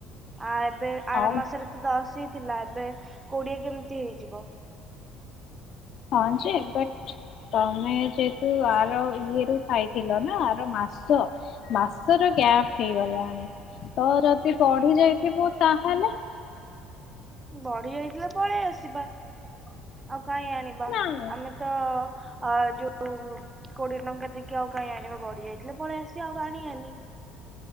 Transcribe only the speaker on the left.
ହଉ
ହଁ ଯେ ବଟ ତମେ ଯେହେତୁ ଆର ଇଏ ରୁ ଖାଇଥିଲ ନା, ଆର ମାସ ମାସ ର ଗ୍ୟାପ ହେଇଗଲାଣି ତ ଯଦି ପଢି ଯାଇଥିବୁ ତାହେଲେ?
ନାଇଁ